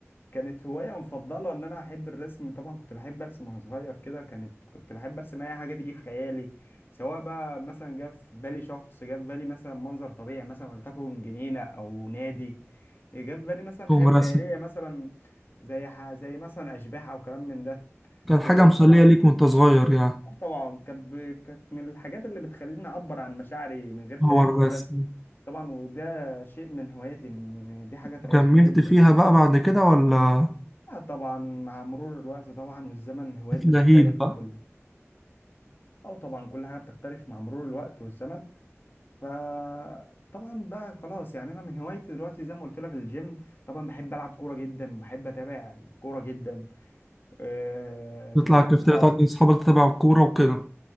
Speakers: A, on the left; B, in the centre.
A: كانت هواية مفضلة إن أنا أحب الرسم طبعا كنت بحب أرسم وأنا صغير كده كانت كنت بحب أرسم أي حاجة تيجي في خيالي سواء بقى مثلا جه في بالي شخص جه في بالي مثلا منظر طبيعي مثلا ولتكن جنينة أو نادي جه في بالي مثلا
B: تقوم
A: حاجات
B: رسم
A: خيالية مثلا زي ح- زي مثلا أشباح أو كلام من ده
B: كانت حاجة
A: إيه
B: مسلية
A: طبعا
B: ليك وانت صغير يعني
A: طبعا كانت ب- كانت من الحاجات اللي بتخليني اعبر عن مشاعري من غير كلام
B: هو الرسم
A: هو الرسم طبعا وده شيء من هواياتي ان دي حاجه تريحني
B: وكملت
A: جدا
B: فيها بقى بعد كده ولا
A: لا طبعا مع مرور الوقت طبعا والزمن الهوايات
B: اتلهيت
A: بتختلف
B: بقى
A: وال... او طبعا كل حاجه بتختلف مع مرور الوقت والزمن ف طبعا بقى خلاص يعني انا من هوايتي دلوقتي زي ما قلت لك الجيم طبعا بحب العب كوره جدا وبحب اتابع الكوره جدا أه
B: تطلع
A: بحب
B: الكافتيريا تقعد مع أصحابك تتابع الكورة وكده